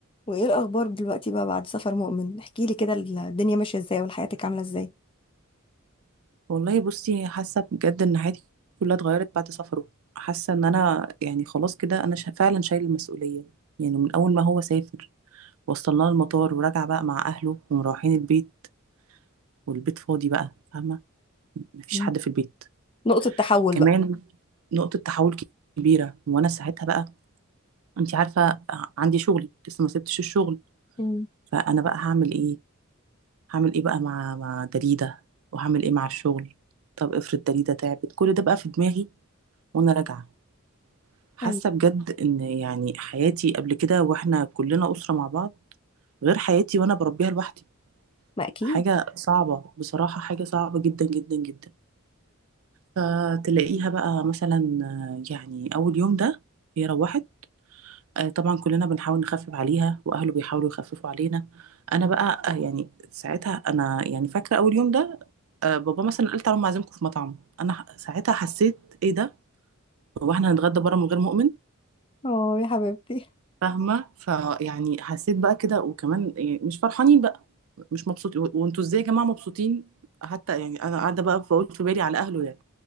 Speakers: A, on the left; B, on the right.
A: وايه الاخبار دلوقتي بقى بعد سفر مؤمن احكي لي كده الدنيا ماشيه ازاي وحياتك عامله ازاي
B: والله بصي حاسه بجد ان حياتي كلها اتغيرت بعد سفره حاسه ان انا يعني خلاص كده انا شا- فعلا شايل المسؤوليه يعني من اول ما هو سافر وصلنا المطار ورجع بقى مع اهله ومروحين البيت والبيت فاضي بقى فاهمه مفيش
A: مم.
B: حد في البيت
A: نقطه تحول
B: كمان
A: بقى
B: نقطه تحول كبيره وانا ساعتها بقى انت عارفه عندي شغلي لسه ما سبتش الشغل
A: مم.
B: فانا بقى هعمل ايه هعمل ايه بقى مع مع دليده وهعمل ايه مع الشغل طب افرض دليده تعبت كل ده بقى في دماغي وانا راجعه حاسه
A: أيوة
B: بجد ان يعني حياتي قبل كده واحنا كلنا اسره مع بعض غير حياتي وانا بربيها لوحدي
A: ما اكيد
B: حاجه صعبه بصراحه حاجه صعبه جدا جدا جدا فتلاقيها بقى مثلا آه، يعني اول يوم ده هي روحت آه، طبعا كلنا بنحاول نخفف عليها واهله بيحاولوا يخففوا علينا انا بقى آه، يعني ساعتها انا يعني فاكره اول يوم ده آه، بابا مثلا قال تعالوا أنا عازمكم في مطعم انا ح- ساعتها حسيت ايه ده هو احنا هنتغدى بره من غير مؤمن
A: اه يا حبيبتي
B: فاهمه فيعني حسيت بقى كده وكمان يعني مش فرحانين بقى مش مبسوطين و- وانتوا ازاي يا جماعه مبسوطين حتى يعني انا قاعده بقى بقول في بالي على اهله يعني